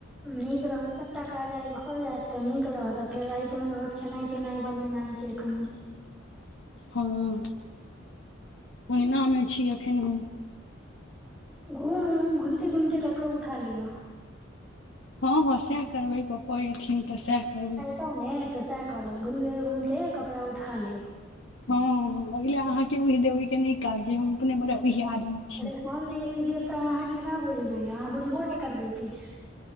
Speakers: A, in the centre; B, on the left.
A: नीक रहत सभटा काज आ भ जायत तऽ नीक रहत आ फेर राति मे रहत खेनाइ पिनाइ बनेनाइ ककनि
B: हँ अगनामे छी अखन हम
A: घूम घूमते घूमे कपड़ो उठा लिय
B: हँ हँ सएह करबै पप्पो एथिन तऽ सएह करबै
A: तऽ ने तऽ सएह करब घुमे घुमते कपड़ा उठा लेब
B: हँ ओ ल अहाँके ओहि देबैके नहि काज जे हम अपने बड़ उह आदमी छी
A: अरे हम नहि बुझि देब तऽ अहाँ केना बुझबै अहाँ बुझबो नहि करबै किछु